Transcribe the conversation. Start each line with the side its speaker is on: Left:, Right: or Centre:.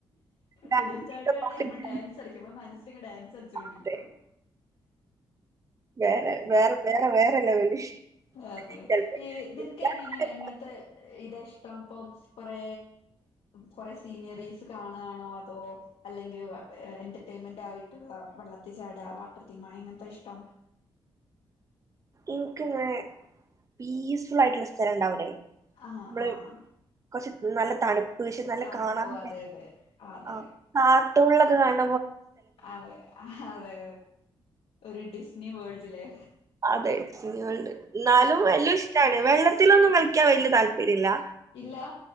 Right: ഡാൻസൊക്കെ
Left: തുള്ളിച്ചാടിയാണ്
Right: പാട്ടിട്ടാണ്
Left: നമ്മൾ ഡാൻസരിക്കും നമ്മളെ മനസ് ങ്ങ് ഡാൻസ് ളിചോണ്ടിരിക്കും
Right: അതെ. വേറെ വേറെ വേറെ വേറെ ലെവല്
Left: അതെ
Right: <unintelligible>
Left: ഈ നിനക്ക് എങ്ങനെ എങ്ങനത്തെ ഇതാ ഇഷ്ടം പം പറേ കൊറേ സീനറീസ് കാണകാണോ അതോ അല്ലെങ്കിൽ വെള്ള എൻറെട്രറ്റ്മെൻറായിട്ടുള്ള വെള്ളത്തി ചാട, വാട്ടർ തീമ് എങ്ങനത്താ ഇഷ്ടം
Right: എനക്കിങ്ങനെ പീസ് ഫുള്ളായിട്ടുള്ള സ്ഥലണ്ടാവില്ലേ
Left: ആഹ്
Right: നമ്മള്
Left: ആഹ്
Right: കൊറച്ച് നല്ല തണുപ്പ് നല്ല
Left: തണുപ്പും
Right: കാണാനെ
Left: അതെ അതെ അതെ
Right: ആ കാർട്ടൂണിലൊക്കെ കാണ
Left: അതെ അതെ അതെ ഒരു ഡിസ്നി വേൾഡിലെ
Right: അതെ ഡിസ്നിവേൾഡ് എന്നാലും വെള്ളം ഇഷ്ടാണ് വെള്ളത്തിലൊന്നും കളിക്ക ക്കാ വലൃ താല്‌പര്യല്ലൃ
Left: ഇല്ലാ